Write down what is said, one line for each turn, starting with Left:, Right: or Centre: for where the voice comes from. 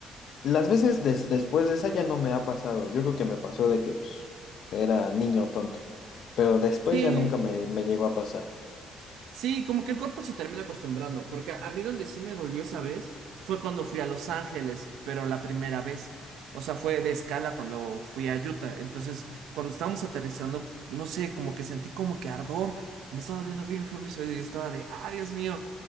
Left: Las veces des- después de esa ya no me ha pasado. Yo creo que me pasó de que pues, era niño tonto. Pero después
Right: Sí.
Left: ya nunca me, me llegó a pasar.
Right: Sí, como que el cuerpo se termina acostumbrando, porque a a mí donde sí me dolió esa vez fue cuando fui a Los Ángeles, pero la primera vez. O sea, fue de escala cuando fui a Utah. Entonces, cuando estábamos aterrizando, no sé, como que sentí como que ardor. y Me estaba doliendo bien feo mis oídos y estaba de, ah, Dios mío.